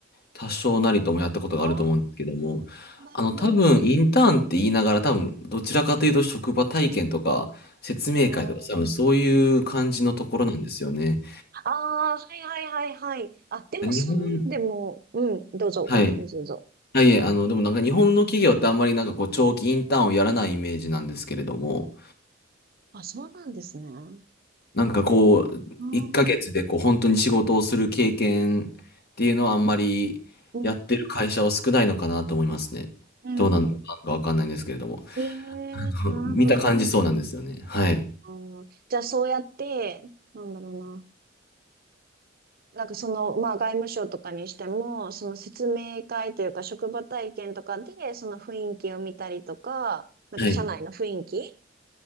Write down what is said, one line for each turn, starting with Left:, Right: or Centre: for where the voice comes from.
Left: 多少なりともやったことがあると思うんですけども、
Right: ああ、なるほど。
Left: あの、多分インターンって言いながら多分どちらかというと職場体験とか説明会とか多分そういう感じのところなんですよね。
Right: あーあー、はいはいはいはい。あ、でもそんでも、
Left: 日本、
Right: うん、どうぞ、
Left: はい。
Right: ご、どうぞ。
Left: はいえ、あの、でもなんか日本の企業ってあんまりなんかこう長期インターンをやらないイメージなんですけれども、
Right: あ、そうなんですね。うー
Left: なんかこう、
Right: うん。
Left: 1ヶ月でこう本当に仕事をする経験っていうのはあんまりやってる会社は少ないのかなと思いますね。
Right: うん。うん。
Left: どうなんのかわかんないんですけれども。<laughs>
Right: ええなるほど。
Left: 見た感じそうなんですよね。はい。
Right: あーじゃあそうやって、なんだろうな。なんかその、まあ外務省とかにしても、その説明会というか職場体験とかで、その雰囲気を見たりとか、なんか社内の雰囲気
Left: はい。